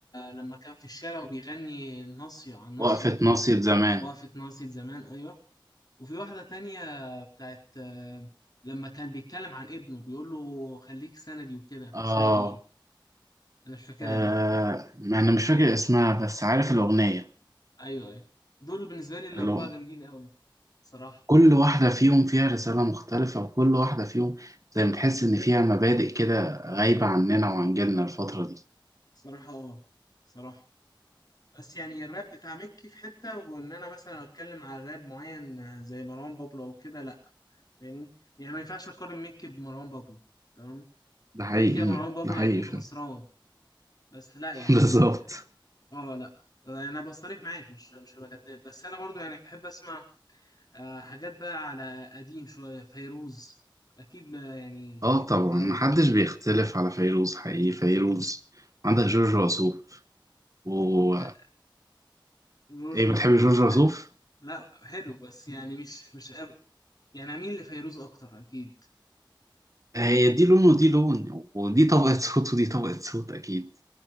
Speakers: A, on the left; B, on the right.
A: لما كان في الشارع وبيغني ناصيه عن ناصيه
B: وقفة ناصية زمان
A: وقفت ناصيه زمان ايوه وفي واحدة تانية بتاعت آه، لما كان بيتكلم عن ابنه بيقول له خليك سندي وكده
B: اه
A: اسمها ايه انا مش فاكرها
B: آه،
A: دي
B: ما انا مش فاكر اسمها بس عارف الأغنية
A: ايوه ايوه دول بالنسبة لي الأربعة
B: اللي
A: جامدين قوي صراحة
B: كل واحدة فيهم فيها رسالة مختلفة وكل واحدة فيهم زي ما تحس إن فيها مبادئ كده غايبة عننا وعن جيلنا الفترة دي
A: صراحة اه صراحة بس يعني الراب بتاع مكي في حتة وإن أنا مثلا أتكلم على راب معين آه، زي مروان بابلو أو كده لأ فاهمني يعني ما ينفعش أقارن مكي بمروان بابلو تمام
B: ده حقيقي
A: كده كده مروان بابلو
B: ده حقيقي
A: هيكون
B: فعلا
A: خسران بس لأ يعني
B: <laughs> بالظبط
A: اه لأ أنا بصريح معاك مش مش هبقى كداب بس أنا برضو يعني بحب أسمع آه حاجات بقى على قديم شوية فيروز أكيد ما يعني
B: اه
A: دي توب
B: طبعا
A: قوي
B: محدش بيختلف على فيروز حقيقي فيروز عندك جورج وسوف و
A: آه، جورج
B: ايه
A: وسوف
B: بتحب
A: برضو
B: جورج
A: حلو
B: وسوف
A: لا حلو بس يعني مش مش قوي يعني أميل لفيروز أكتر أكيد
B: هي دي لون ودي لون ودي طبقة <laughs> صوت ودي طبقة صوت اكيد